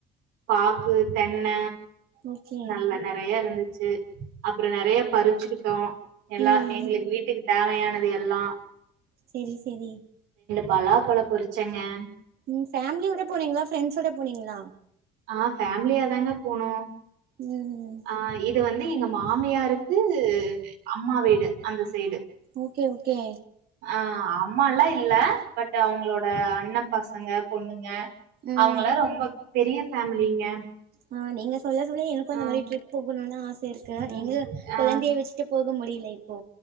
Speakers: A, on the right; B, on the right.
A: பாக்கு தென்ன
B: ஓகே
A: நல்ல நெறையா இருந்து ச்சி அப்புறோ நெறையா பறிச்சிக்கிட்டோ எல்லா
B: ம்
A: எங்களுக் வீட் டேவையானது எல்லா
B: சேரி சேரி
A: பலாபழ பொறிச்சங்கே
B: ம் ஃபேமிலியோட போனீங்களா ஃப்ரெண்ட்ஸோட போனீங்களா
A: ஆ ஃபேமிலியாதாங்க போனோ
B: ம்
A: ஆ இது வந்து எங்க மாமியாருக்கு அம்மா வீடு அந்த சைடு
B: ஓகே ஓகே
A: ஆ அம்மல்லா இல்ல பட் அவங்களோட அண்ண பசங்க பொண்ணுங்க
B: ம்
A: அவங்களா ரொம்ப பெரிய ஃபேமிலிங்க
B: ம் நீங்க சொல்ல சொல்ல எனக்கு அந்த
A: ஆ
B: மாரி ட்ரிப் போகணுனு ஆ த்துருக்கு
A: ம்
B: எங்கு
A: ஆ
B: கொழந்தைய வச்சிட்டு போ க்கு முடியல இப்போ